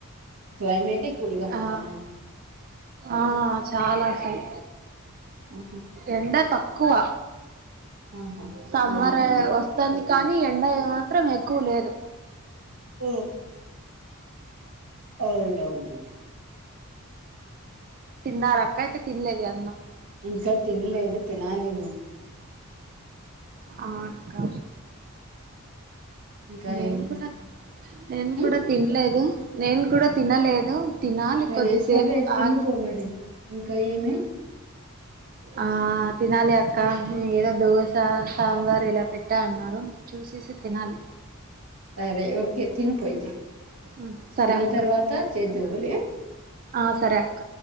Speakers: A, on the right; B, on the right.
A: క్లైమేటిక్ కూల్ గా ఉందా
B: ఆ ఆ చాలా అసలు
A: ఆహా
B: ఎండ తక్ కువ
A: ఆహా
B: సమ్మరే
A: ఆ
B: వస్తాంది. కానీ ఎండా మాత్రం ఎక్కువ లేదు.
A: పోఓ అవునువునండి
B: తిన్నారాక్క అయితే తినలేదు గా
A: ఇంకా తినలేదు తినాలి. ఉమ్
B: ఆ అక్కా
A: ఇంకా
B: నేన్
A: ఏం
B: కూడ నేను
A: ఉమ్,
B: కూడా తిన్లేదు నేను కూడా తినలేదు. తినాలి
A: మరి
B: కొద్దిసేపు
A: ఏసరే తినుపో
B: ఆగి
A: మరి, ఇంకా ఏమి?
B: ఆ తినాలి అక్క, ఏదో దోశ సాంబార్ ఇలా పెట్టా అన్నారు. చూసేసి తినాలి
A: సరే ఓకే తనుపో అయితే,
B: ఉమ్, సరే
A: తిన్న
B: అక్క
A: తర్వాత చేద్దువులే.
B: ఆ సరే అక్క.